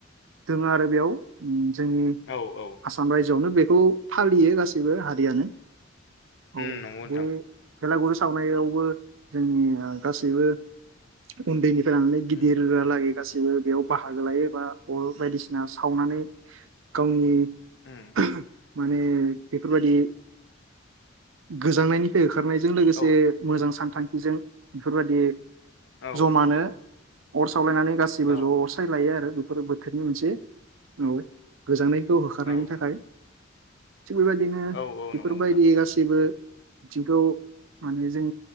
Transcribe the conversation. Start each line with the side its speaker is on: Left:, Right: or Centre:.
Right: दोङो आरो बेयाव । जोंनि
Left: औ औ
Right: आसाम रायजो गिबियावनो बेखौ फालियो गासिबो हारियानो । औ
Left: उम नंगौ नोंथां
Right: बे खेलागुरु सावनायावबो जोंनि गासैबो उन्दैनिफ्राय लानानै
Left: उम
Right: दिर लागि <unintelligible> गासैबो बेयाव बाहागो लायो बा अ बायदिसिना सावनानै गावनि
Left: उम
Right: <unintelligible> माने बेफोरबायाददि गोजांनायनिफ्राय ओंखारनायजों लोगोसे
Left: औ
Right: मोजां सानथां जों बेफोरबायदि
Left: औ
Right: जमानो अर सावलायनानै गासिबो
Left: औ औ
Right: ज'साय लायो आरो बेफोर बोथोरनि मोनसे औ गोजांनाय खौ होखारनायनि
Left: औ
Right: थाखाय थिग बेबायदिनो
Left: औ
Right: बेफोरबायदि
Left: नंगौ नोंथां
Right: गासैबो बिथिंखौ माने जों